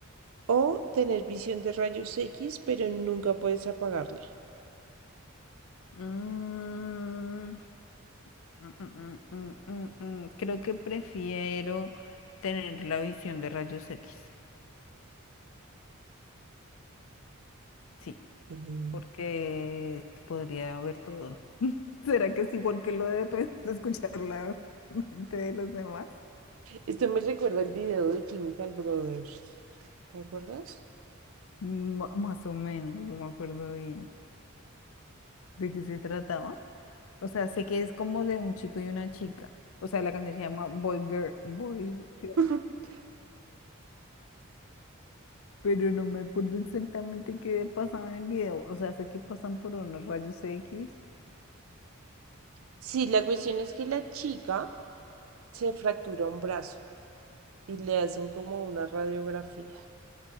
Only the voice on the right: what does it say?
¿O tener visión de rayos X, pero nunca puedes apagarla?
Mm,
Esto me recuerda el video de Chemical Brothers. ¿Te acuerdas?
<laughs>
Sí, la cuestión es que la chica se fractura un brazo y le hacen como una radiografía.